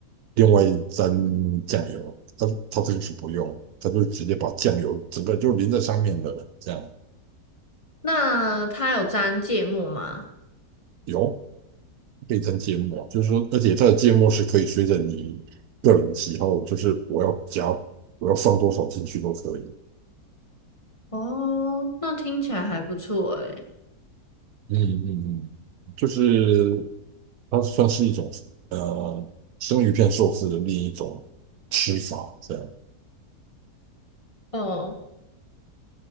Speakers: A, on the right (about 70°); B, on the left (about 20°).
A: 另外沾酱油，它它这个是不用，它就直接把酱油整个就淋在上面的，这样
B: 那它有沾芥末吗？
A: 有可以沾芥末，就是说，而且它的芥末是可以随着你个人的喜好，就是我要加我要放多少进去都可以。
B: 哦，那听起来还不错诶。
A: 嗯嗯嗯，就是它算是一种呃生鱼片寿司的另一种吃法，这样。
B: 哦，